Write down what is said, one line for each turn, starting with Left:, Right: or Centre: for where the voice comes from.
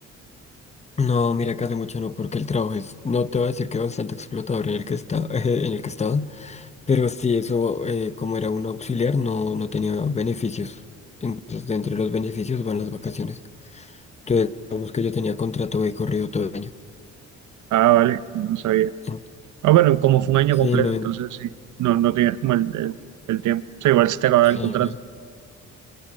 Left: No, mira que hace mucho no, porque el trabajo es, no te voy a decir que bastante explotador en el que está, <laughs> en el que estaba, pero sí eso, eh, como era un auxiliar, no, no tenía beneficios. Entonces, dentro de los beneficios van las vacaciones. Entonces, digamos que yo tenía contrato de corrido todo el año.
Right: Ah, vale, no sabía.
Left: En-
Right: Ah, bueno, como fue un año
Left: sí,
Right: completo,
Left: no,
Right: entonces
Left: en-
Right: sí, no, no tienes como el, el- el tiempo. O sea, igual se te acaba
Left: sí,
Right: el contrato.
Left: no,